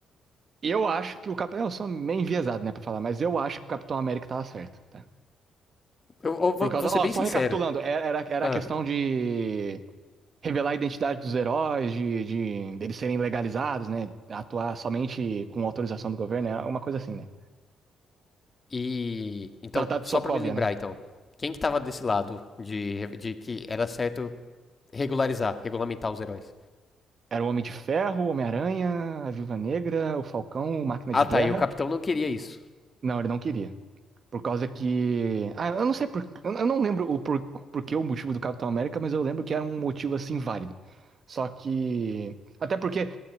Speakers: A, on the right; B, on the left.
A: eu acho que o Capitão. Eu sou meio enviesado, né, pra falar, mas eu acho que o Capitão América tava certo, tá?
B: Eu, eu vou,
A: Por causa.
B: vou ser
A: Ó,
B: bem
A: só
B: sincero.
A: recapitulando, era, era, era
B: Ah,
A: a questão de revelar a identidade dos heróis, de, de deles serem legalizados, né? Atuar somente com autorização do governo, é uma coisa assim, né?
B: e. Então,
A: Tratado
B: só
A: de Sokovia,
B: pra me lembrar,
A: né?
B: então. Quem que tava desse lado de, de que era certo regularizar, regulamentar os heróis?
A: Era o Homem de Ferro, o Homem-Aranha, a Viúva Negra, o Falcão, o Máquina
B: Ah,
A: de
B: tá.
A: Guerra.
B: E o Capitão não queria isso.
A: Não, ele não queria. Por causa que. Ah, eu não sei por. Eu eu não lembro o por... porquê o motivo do Capitão América, mas eu lembro que era um motivo assim válido. Só que. Até porque